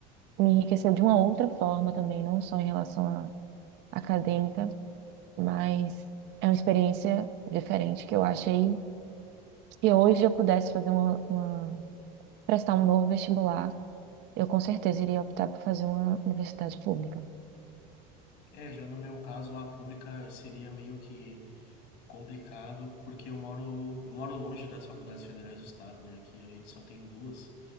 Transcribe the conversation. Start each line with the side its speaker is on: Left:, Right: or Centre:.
Right: me enriqueceu de uma outra forma também, não só em relação à acadêmica, mas é uma experiência diferente que eu achei que hoje eu pudesse fazer uma, uma- prestar um novo vestibular, eu com certeza iria optar por fazer uma universidade pública.
Left: É, já no meu caso, a pública seria meio que complicado, porque eu moro, eu moro longe das faculdades federais do estado, né? Aqui a gente só tem duas,